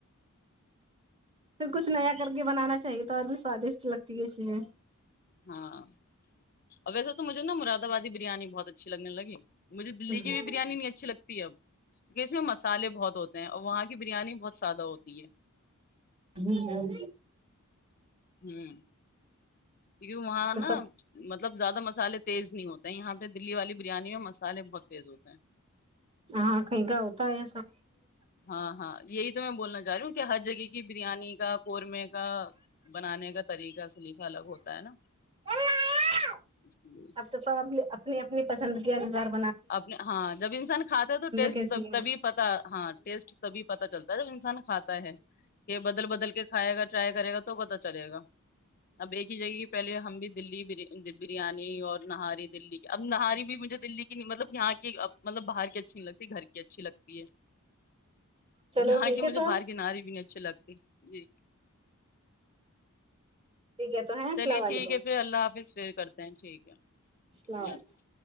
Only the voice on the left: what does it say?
ہاں اور ویسا تو مجھے نا مرادبادی بریانی بہت اچھی لگنے لگی مجھے دللی
کی بھی بریانی نہیں اچھی لگتی ہے اب کیکہ اس میں مسالے بہت ہوتے اور وہاں کی بریانی بہت زیادہ ہوتی ہے
ہوں کیونکہ وہاں
نا
مطلب زیادہ مسالے تیز نہیں ہوتے یہاں پہ دلی والی بریانی اور مسالے ب تیز ہوتا ہے
ہاں ہاں یہی تو میں بولنا چاہ رہی ہوں ہر جگہ کی بریانی کا قورمے کا بنانے کا طریقہ سلیفا الگ ہوتا ہے نا
اس لیے
اپنے ہاں جب انسان کھاتا ہے تو ٹیسٹب
تبھی پتا ہاں ٹیسٹ تبھی پتا چلتا ہے جب انسان کھاتا ہے کہ بدل بدل کے کھائے گا ٹرائی کرے گا تو پتا چلے گا اب ایک ہی جگہ پہلے ہم بھی دلی بریانی اور نہاری دلی کی اب نہاری بھی مجھے مطلب یہاں کی مطلب باہر کی اچھی نہیں لگتی گھر کی اچھی لگتی ہے
یہاں
کی مجھے
باہر کے ناری بھی نہیں اچھے لگتے جی
چلیے ٹھیک
ہے پھر اللہ حافظ کرتے ٹھیک ہے اللہ
حافظ